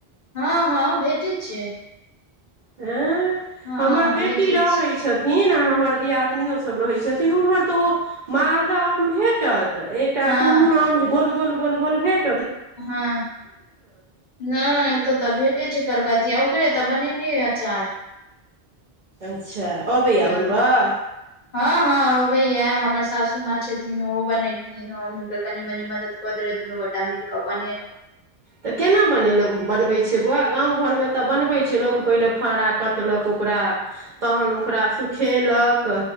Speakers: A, on the left; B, on the right.
A: हँ हँ भेटैत छै
B: हँ
A: हँ
B: हमर बेटी
A: भेटै
B: रहैत
A: छै
B: छथिन छथिन आ हमर दियादिनियो सब रहै छथिन उम्हर तऽ ओ मालदह आम भेटत तऽ एकटा
A: हँ
B: कोन दुन आम गोल गोल गोल गोल भेट
A: हँ नहि एतऽ तऽ भेटे छै कलकतिया कर त बनेलियै अचार
B: अच्छा अबैया
A: हँ
B: बनबऽ
A: हँ हँ अबैयए हमर सासू माँ छथिन ओहो बनेलखिन हम के कनी मनी मदद कऽ देले दुनू गोटा मिल क बनेलहु
B: तऽ केना बनेलहु बनबै छियै बौआ गामं घरमे तऽ बनबै किछ लोक पहिले फड़ा कटलक ओकरा तहन ओकरा सुूखेलक